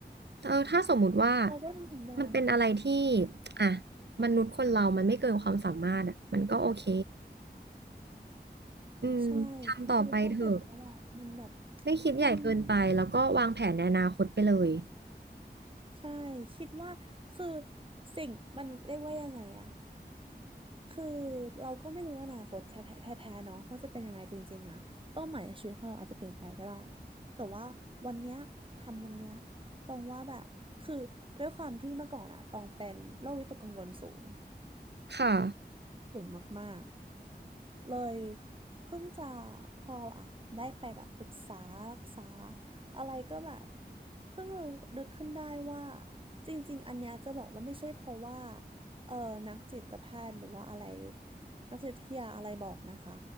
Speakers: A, on the right (about 80°); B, on the right (about 30°).
A: เออถ้าสมมุติว่า
B: เราก็ทำถึงได้
A: มันเป็นอะไรที่อ่ะมนุษย์คนเรามันไม่เกินความสามารถอะมันก็โอเคอืมทำต่อไปเถอะ
B: ใช่คือถ้าเกิดว่าแบบมันแบบ
A: ไม่คิดใหญ่เกินไปแล้วก็วางแผนในอนาคตไปเลย
B: มันใช่คิดว่าคือสิ่งมันเรียกว่ายังไงอะ คือเราก็ไม่รู้อนาคตแท้ๆแท้ๆเนาะว่าจะเป็นยังไงจริงๆอะเป้าหมายในชีวิตของเราอาจจะเปลี่ยนไปก็ได้แต่ว่าวันเนี้ยทำวันเนี้ยตรงว่าแบบคือด้วยความที่เมื่อก่อนอะตองเป็นโรควิตกกังวลสูง
A: ค่ะ
B: สูงมากๆ เลยเพิ่งจะพออ่ะได้ไปแบบปรึกษารักษาอะไรก็แบบเพิ่งรู้นึกขึ้นได้ว่าจริงๆ อันเนี้ยจะบอกว่าไม่ใช่เพราะว่าเออนักจิตแพทย์หรือว่าอะไรนักจิตวิทยาอะไรบอกนะคะ